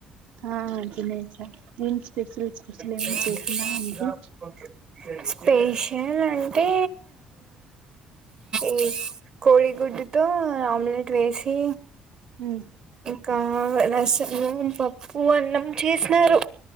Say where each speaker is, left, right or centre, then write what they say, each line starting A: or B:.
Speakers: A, on the right; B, on the right.
A: ఆ తినేసా ఏం స్పెషల్ స్పెషల్ ఏమైనా
B: <unintelligible>
A: చేసిందా ఆంటీ
B: పేషల్ అంటే ఈ కోడి గుడ్డుతో ఆమ్లెట్ వేసి
A: ఊ
B: కా రాసలు పప్పు అన్నం చేసినారు